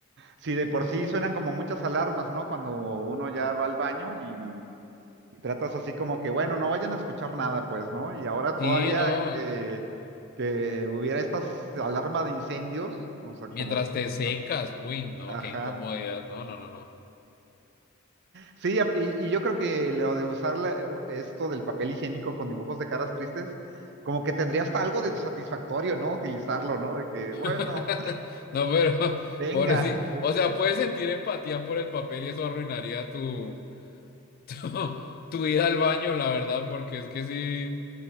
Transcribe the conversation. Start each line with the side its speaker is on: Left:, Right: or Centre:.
Right: Si de por sí suenan como muchas alarmas, ¿no? Cuando uno ya va al baño y, y tratas así como que, bueno, no vayan a escuchar nada, pues, ¿no? Y ahora
Left: Sí,
Right: todavía
Left: no.
Right: que, que hubiera estas alarmas de incendios, o sea, como,
Left: Mientras te secas.
Right: no,
Left: Uy, no,
Right: ajá.
Left: qué incomodidad. No, no, no, no.
Right: Sí, ap- y, y yo creo que lo de usar la- esto del papel higiénico con dibujos de caras tristes, como que tendría hasta algo de satisfactorio, ¿no? Utilizarlo, ¿no? De que,
Left: <laughs>
Right: bueno,
Left: No, pero, <laughs>
Right: venga,
Left: pobrecito.
Right: po-
Left: O sea, puedes sentir empatía por el papel y eso arruinaría tu, <laughs> tu ida al baño, la verdad, porque es que sí.